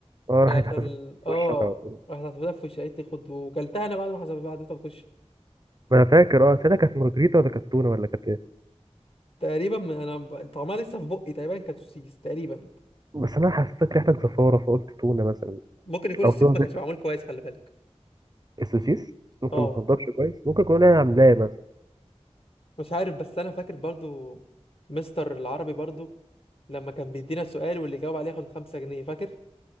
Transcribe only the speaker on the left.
آه، عشان
اه
راحت حسبتها في وشي قالت لي خد وكلتها انا بعد ما حسبتها في وشي
تقريبا من انا ب- طعمها لسه في بقي تقريبا كانت سوسيس تقريبا
ممكن يكون
السيس
ما كانش معمول كويس خلي بالك
اه
مش عارف بس انا فاكر برضو مستر العربي برضو لما كان بيدينا سؤال واللي يجاوب عليه ياخد خمسة جنيه فاكر